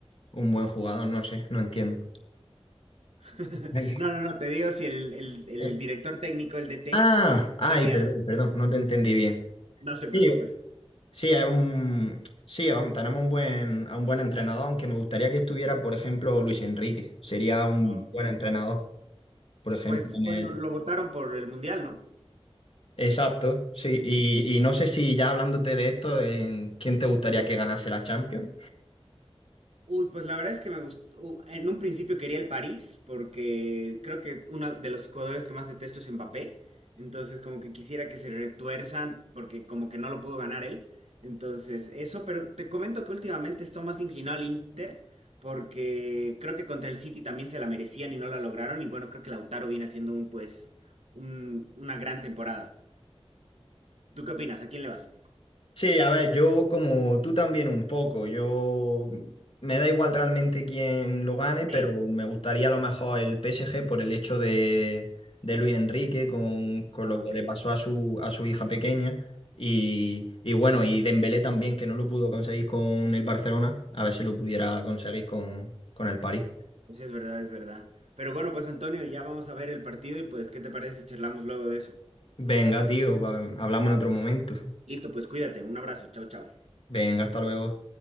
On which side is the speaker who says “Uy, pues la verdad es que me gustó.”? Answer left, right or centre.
Right